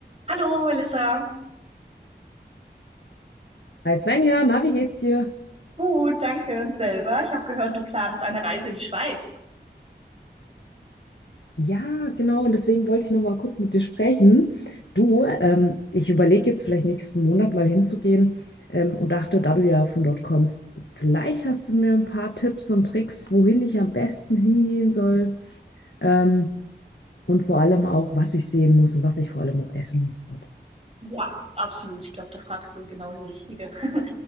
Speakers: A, on the right; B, on the left.
A: Hallo, Melissa.
B: Hi Svenja, na, wie geht's dir?
A: Gut, danke und selber. Ich habe gehört, du planst eine Reise in die Schweiz.
B: Ja, genau, und deswegen wollte ich noch mal kurz mit dir sprechen. Du, ähm, ich überlege jetzt vielleicht nächsten Monat mal hinzugehen ähm, und dachte, da du ja von dort kommst, vielleicht hast du mir ein paar Tipps und Tricks, wohin ich am besten hingehen soll ähm, und vor allem auch, was ich sehen muss und was ich vor allem auch essen muss dort.
A: Ja, absolut. Ich glaube, da fragst du genau die Richtige. <laughs>